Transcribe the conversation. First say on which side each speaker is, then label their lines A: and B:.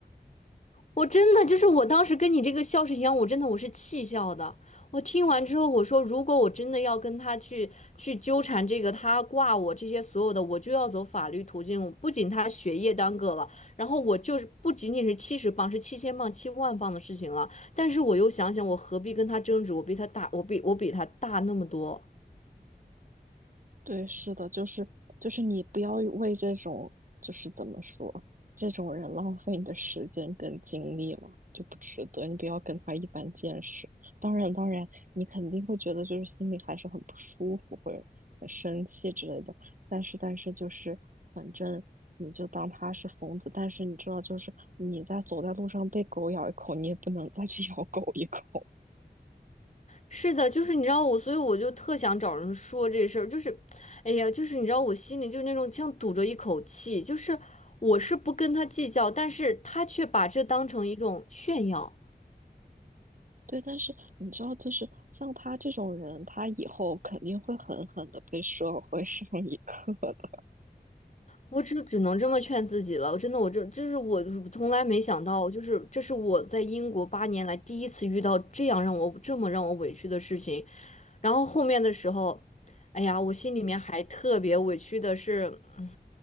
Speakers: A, on the left (about 45°); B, on the right (about 55°).
A: 我真的就是我当时跟你这个笑是一样，我真的我是气笑的。我听完之后，我说如果我真的要跟他去去纠缠这个，他挂我这些所有的，我就要走法律途径。不仅他学业耽搁了，然后我就是不仅仅是七十磅，是七千磅、七万磅的事情了。但是我又想想，我何必跟他争执？我比他大，我比我比他大那么多。
B: 对，是的，就是就是你不要为这种就是怎么说这种人浪费你的时间跟精力了，就不值得。你不要跟他一般见识。当然，当然，你肯定会觉得就是心里还是很不舒服，或者很生气之类的。但是，但是就是反正你就当他是疯子。但是你知道，就是你在走在路上被狗咬一口，你也不能再去咬狗一口。
A: 是的，就是你知道我，所以我就特想找人说这事儿，就是，哎呀，就是你知道我心里就是那种像堵着一口气，就是我是不跟他计较，但是他却把这当成一种炫耀，
B: 对，但是你知道，就是像他这种人，他以后肯定会狠狠的被社会上一课的。
A: 我只只能这么劝自己了。真的，我这就是我从来没想到，就是这是我在英国八年来第一次遇到这样让我这么让我委屈的事情。然后后面的时候，哎呀，我心里面还特别委屈的是，嗯，